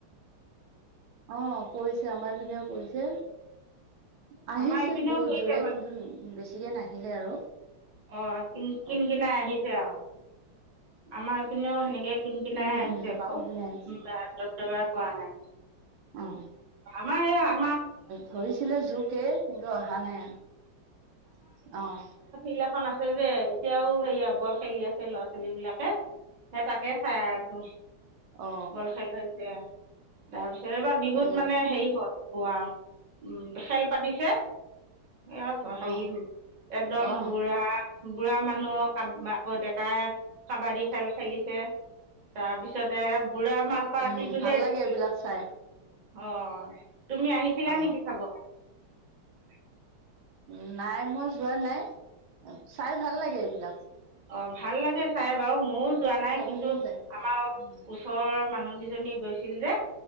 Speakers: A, on the right; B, on the right.
A: অ পৰিছে আমাৰ পিনেও পৰিছে । আহিছিল
B: আমাৰ এইপিনেও
A: বহুত
B: পৰিছে
A: জোৰে কিন্তু বেছি । এতিয়া নাহিলে আৰু
B: অ কিন- কিন
A: অ
B: কিনাই আহিছে আৰু আমাৰ এপিনে সে তেনেকে কিনি কিনাই
A: উম
B: আহিছে
A: উম
B: বাৰু
A: কিনকিনাই আহিছিল
B: একেবাৰে পৰা নাই ।
A: অ
B: মাই ইয়াত ।
A: ধৰিছিলে জোৰকে কিন্তু অহা নাই আৰু। অ'!
B: ফিল্ডএখন আছে যে। এতিয়াও সেয়া বল খেলি আছে ল'ৰা ছোৱালী বিলাকে। সেই তাকে চাই আছোঁ।
A: অ অ
B: বল খেল হৈছে? তাৰপিছ এইবাৰ বিহুত
A: এ
B: মানে হেৰি হ কোৱা! উম, খেল পাতিছে। এইয়া, হেৰি,
A: অ
B: একদম
A: অ
B: বুঢ়া। বুঢ়া মানুহ আকৌ দেতাই কাবাডী খেল খেলিছে। তাৰপিছতে, বুঢ়া মাহ পাৰ্টিটোহে
A: উম ভাল লাগে
B: জিকিলে।
A: এইবিলাক চাই
B: অ'! তুমি আহিছিলা
A: অ
B: নেকি চাব? <unintelligible>
A: উম, নাই মই যোৱা নাই। চাই ভাল লাগে এইবিলাক।
B: অ'! ভাল লাগে চাই! বাৰু মইও
A: অ
B: যোৱা নাই।
A: চাব
B: কিন্তু,
A: মন যায়
B: আমাৰ
A: উম,
B: ওচৰৰ মানুহ দুজনী গৈছিল যে,